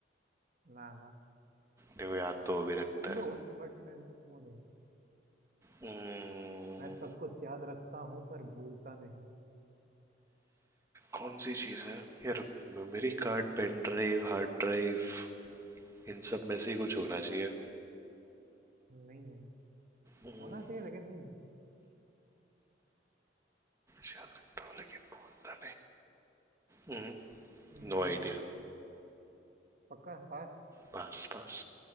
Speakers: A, on the right (about 45°); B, on the right (about 15°).
A: ना ना
B: देखो याद तो वो भी रखता
A: क्लोज
B: है
A: बट मैं वो नहीं
B: हम्म,
A: मैं सब कुछ याद रखता हूँ पर भूलता नहीं
B: कौन सी चीज है यार Memory card pen drive hard drive इन सब में से ही कुछ होना चाहिए
A: नहीं है
B: हम्म,
A: होना चाहिए लेकिन नहीं है
B: याद रखता हूँ लेकिन बोलता नहीं
A: हम्म,
B: No idea
A: पक्का पास
B: Pass pass